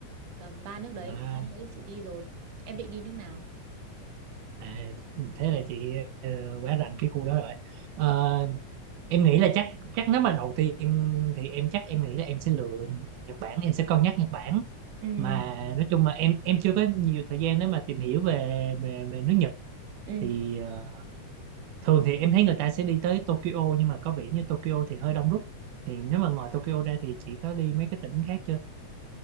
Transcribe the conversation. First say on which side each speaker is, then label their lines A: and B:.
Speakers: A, on the right; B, on the right.
A: Tầm ba nước đấy,
B: à,
A: ba nước đấy chị đi rồi. Em định đi nước nào?
B: à, thế là chị ờ, quá rành cái khu đó rồi Ờ, em nghĩ là chắc chắc nếu mà đầu tiên thì em chắc em nghĩ là em sẽ lựa Nhật Bản em sẽ cân nhắc Nhật Bản
A: Ừ,
B: mà nói chung mà em em chưa có nhiều thời gian để mà tìm hiểu về về, về nước Nhật
A: ừ.
B: thì ờ, thường thì em thấy người ta sẽ đi tới Tokyo nhưng mà có vẻ như Tokyo thì hơi đông đúc thì nếu mà ngoài Tokyo ra thì chị có đi mấy cái tỉnh khác chưa